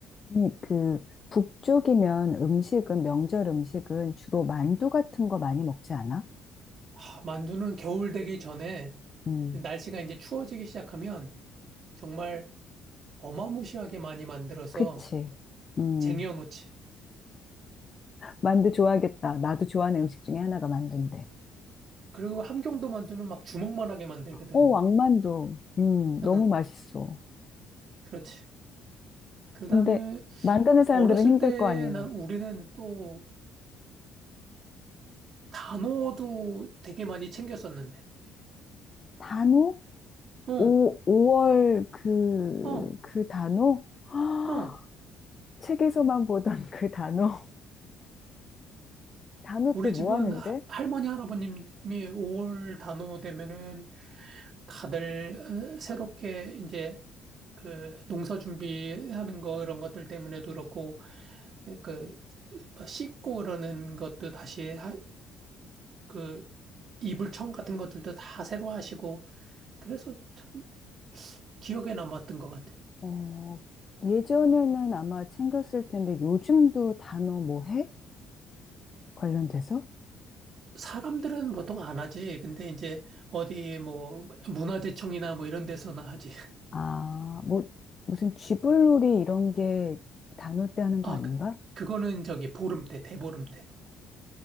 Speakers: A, on the left (about 40°); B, on the right (about 55°).
A: 아니, 그, 북쪽이면 음식은, 명절 음식은 주로 만두 같은 거 많이 먹지 않아?
B: 하, 만두는 겨울 되기 전에
A: 음,
B: 날씨가 이제 추워지기 시작하면 정말 어마무시하게 많이 만들어서
A: 그치. 음.
B: 쟁여놓지.
A: 만두 좋아하겠다. 나도 좋아하는 음식 중에 하나가 만두인데.
B: 그리고 함경도 만두는 막 주먹만하게 만들거든.
A: 오, 왕만두. 음, 너무
B: 응,
A: 맛있어.
B: 그렇지. 그
A: 근데
B: 다음에
A: 만드는 사람들은
B: 어렸을
A: 힘들
B: 때
A: 거 아니에요.
B: 난 우리는 또 단호도 되게 많이 챙겼었는데.
A: 단오?
B: 어,
A: 오, 5월 그,
B: 어,
A: 그 단오? 헉,
B: 어.
A: <gasps> 책에서만 보던 그 단오. <laughs> 단오
B: 우리
A: 때 뭐
B: 집은
A: 하는데?
B: 하- 할머니, 할아버님이 5월 단오 되면은 다들 어, 새롭게 이제 그 농사 준비하는 거 이런 것들 때문에도 그렇고 그뭐 씻고 그러는 것도 다시 하, 뭐그 이불청 같은 것들도 다 새로 하시고 그래서 참 기억에 남았던 것 같아.
A: 어, 예전에는 아마 챙겼을 텐데 요즘도 단어 뭐 해? 관련돼서?
B: 사람들은 보통 안 하지. 근데 이제 어디 뭐 문화재청이나 뭐 이런 데서나 하지. <laughs>
A: 아, 뭐, 무슨 쥐불놀이 이런 게 단어 때 하는 거
B: 아,
A: 아닌가?
B: 그- 그거는 저기 보름 때, 대보름 때.